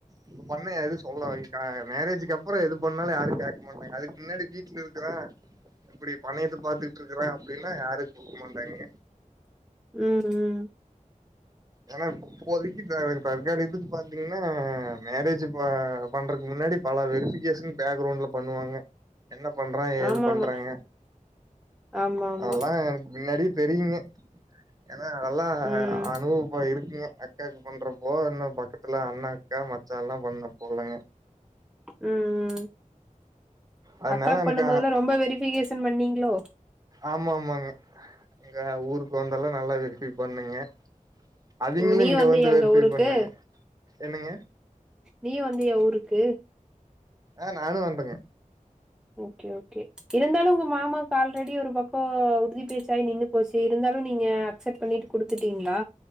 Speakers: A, on the right; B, in the centre.
A: இப்ப பண்ணா எதும் சொல்ல மேரேஜுக்கு அப்புறோ எது பண்ணாலு யாரு கேட்க மாட்டாங்க அதுக்கு முன்னாடி வீட்ல இருக்குற இப்டி பண்ணை எடுத்து பாத்துட்டுருக்குறா அப்டின்னா யாரு குடுக்க மாட்டாங்க
B: ம் ம்
A: ஏன்னா இப்போதைக்கு த தற்காலிகத்துக்கு பாத்தீங்கன்னா மேரேஜ் ப பண்றக்கு முன்னாடி பல வெரிஃபிகேஷன் பேக்ரவுண்ட்ல பண்ணுவாங்க என்ன பண்றா ஏது
B: ஆமா
A: பண்றாங்க
B: ஆமா ஆமா ஆமா
A: அதெல்லா எனக்கு முன்னாடி தெரியுங்க ஏன்னா அதெல்லா
B: ம்
A: அனுபவ ப இருக்குங்க அக்காவுக்கு பண்றப்போ இன்னு பக்கத்துல அண்ணே அக்கா மச்சான்லா பண்ண போலங்க
B: ம் ம்
A: அதனால
B: அக்காக்கு
A: எனக்கு
B: பண்ணம்போதல்லா ரொம்ப வெரிஃபிகேஷன் பண்ணீங்களோ
A: ஆமா ஆமாங்க எங்க ஊருக்கு வந்தெல்லா நல்லா வெரிஃபை பண்ணேங்க அவிங்களு
B: ஓ நீயு
A: இங்க
B: வந்தியா
A: வந்து
B: எங்க
A: வெரிஃபை
B: ஊருக்கு
A: பண்ணாங்க என்னங்க
B: நீயு வந்தியா ஊருக்கு
A: ஆ நானு வந்தேங்க
B: ஓகே ஓகே இருந்தாலு உங்க மாமாவுக்கு ஆல்ரெடி ஒரு பக்கோ உறுதி பேச்சாயி நின்னு போச்சே இருந்தாலு நீங்க அக்செப்ட் பண்ணிட்டு குடுத்துட்டீங்களா